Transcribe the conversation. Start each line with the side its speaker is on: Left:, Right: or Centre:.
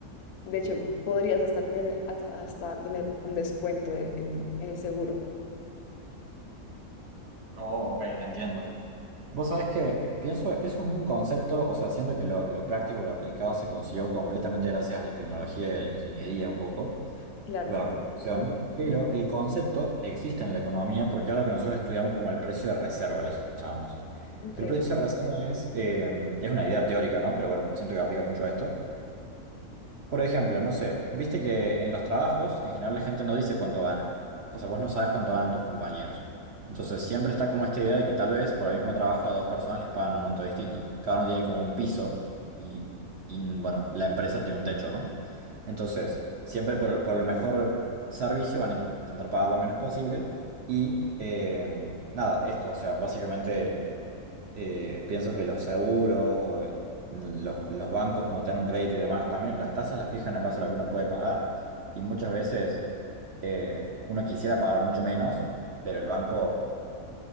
Left: de hecho, podrías hasta tener, hasta, hasta tener un descuento de- en, en el seguro.
Right: Oh, ok, entiendo. Vos sabés que pienso, eso es un concepto, o sea, siento que lo, lo práctico, lo aplicado se consiguió completamente gracias a la tecnología y a la ingeniería un poco,
Left: Claro.
Right: o a la computación,
Left: Ujú,
Right: pero el concepto existe en la economía porque es algo que nosotros estudiamos como el precio de reserva, le llamamos.
Left: Ok.
Right: Que el precio de reserva es, eh, es una idea teórica, ¿no? Pero bueno, siento que aplica mucho a esto. Por ejemplo, no sé, viste que en los trabajos en general la gente no dice cuánto gana. O sea, vos no sabes cuánto ganan tus compañeros. Entonces siempre está como esta idea de que tal vez por el mismo trabajo a dos personas les pagan un monto distinto. Cada uno tiene como un piso
Left: Sí.
Right: y, y, bueno, la empresa tiene un techo, ¿no? Entonces, siempre por el, por el mejor servicio van a intentar pagar lo menos posible. Y eh, nada, esto, o sea, básicamente eh, pienso que los seguros o eh, los, los bancos cuando te dan un crédito y demás también, las tasas las fijan en base a lo que uno puede pagar. Y muchas veces eh, uno quisiera pagar mucho menos, pero el banco